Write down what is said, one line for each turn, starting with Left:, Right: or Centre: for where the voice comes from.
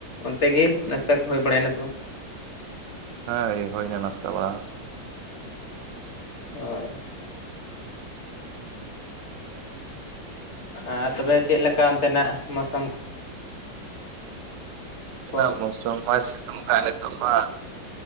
Left: ᱚᱱᱛᱮ ᱜᱮ ᱱᱟᱥᱛᱟ ᱠᱚ ᱦᱩᱭ ᱵᱟᱲᱟᱭᱮᱱᱟ ᱥᱮ ᱵᱟᱝ?
Right: ᱦᱟᱸ ᱜᱮ ᱦᱩᱭᱱᱮᱟ ᱱᱟᱥᱛᱟ ᱵᱟᱲᱟ᱾
Left: ᱦᱳᱭ᱾ ᱟᱨ ᱛᱚᱵᱮ ᱪᱮᱫ ᱞᱮᱠᱟ ᱚᱱᱛᱮᱱᱟᱜ ᱢᱚᱥᱟᱹᱢ ᱠᱚ
Right: ᱛᱮᱱᱟᱜ ᱢᱚᱥᱟᱹᱢ ᱢᱟ ᱥᱤᱛᱩᱝ ᱠᱟᱜ ᱱᱤᱛᱚᱜ ᱢᱟ᱾